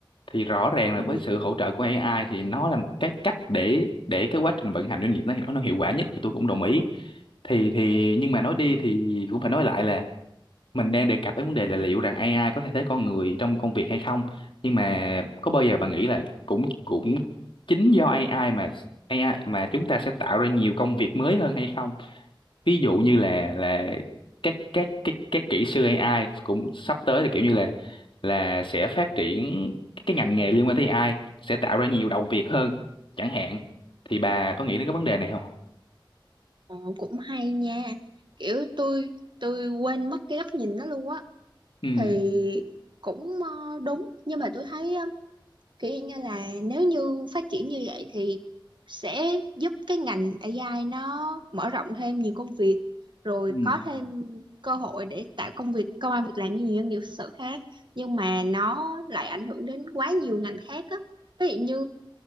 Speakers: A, on the left; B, on the right.
A: thì rõ ràng là
B: Ui,
A: với sự hỗ trợ của AI thì nó là một cái cách để để cái quá trình vận hành doanh nghiệp nó nó hiệu quả nhất tôi cũng đồng ý thì thì nhưng mà nói đi thì cũng phải nói lại là mình đang đề cập đến vấn đề là liệu rằng AI có thay thế con người trong công việc hay không nhưng mà có bao giờ bạn nghĩ là cũng cũng chính do AI mà AI mà chúng ta sẽ tạo ra nhiều công việc mới hơn hay không ví dụ như là là các các các các kỹ sư AI cũng sắp tới là kiểu như là là sẽ phát triển cái ngành nghề liên quan tới AI sẽ tạo ra nhiều đầu việc hơn chẳng hạn thì bà có nghĩ đến cái vấn đề này không
B: ờ, cũng hay nha kiểu tôi tôi quên mất cái góc nhìn đó luôn á
A: ừ
B: thì cũng ờ, đúng nhưng mà tôi thấy ờ, kiểu như là nếu như phát triển như vậy thì sẽ giúp cái ngành AI nó mở rộng thêm nhiều công việc rồi
A: ừ
B: có thêm cơ hội để tạo công việc công ăn việc làm như nhiều doanh nghiệp thực sự khác nhưng mà nó lại ảnh hưởng đến quá nhiều ngành khác á ví dụ như